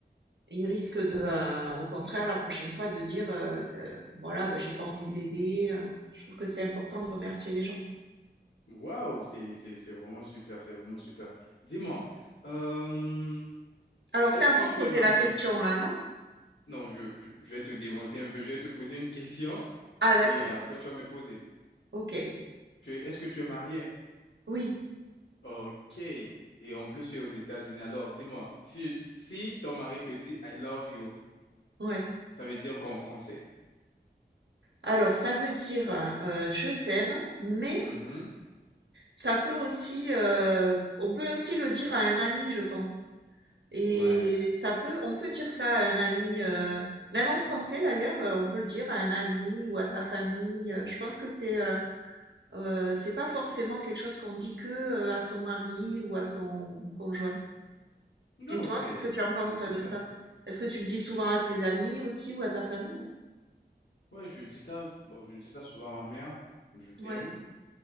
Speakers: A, on the right; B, on the left.
A: ils risquent de, heu, au contraire, la prochaine fois, de dire, heu, ce voilà, bah, j'ai pas envie de l'aider, heu. Je trouve que c'est important de remercier les gens.
B: waouh, c'est c'est c'est vraiment super, c'est vraiment super. Dis-moi, euh,
A: Alors,
B: est-ce
A: c'est à moi
B: que tu
A: de poser
B: es marié?
A: la question là, non?
B: Non, je, je je vais te dévancer un peu, je vais te poser une question
A: Ah d'accord,
B: et après tu vas me poser.
A: OK.
B: Tu es- est-ce que tu es marié?
A: Oui,
B: Ok. Et en plus tu es aux États-Unis, alors dis-moi, si si ton mari te dit I love you,
A: ouais.
B: ça veut dire qu'en français.
A: Alors ça veut dire, heu, «je t'aime», mais
B: Mhm.
A: ça peut aussi, heu, on peut aussi le dire à un ami, je pense et
B: Ouais.
A: ça peut on peut dire ça à un ami, heu, même en français d'ailleurs, heu, on peut le dire à un ami ou à sa famille, heu, je pense que c'est, heu Heu, c'est pas forcément quelque chose qu'on dit que, heu, à son mari ou à son conjoint.
B: Non,
A: Et toi,
B: c'est
A: qu'est-ce que tu
B: c'est
A: en penses
B: c'est super.
A: euh, de ça? Est-ce que tu le dis souvent à tes amis aussi ou à ta famille?
B: Ouais, je dis ça, bon, je dis ça souvent à ma mère, je t'aime,
A: Ouais,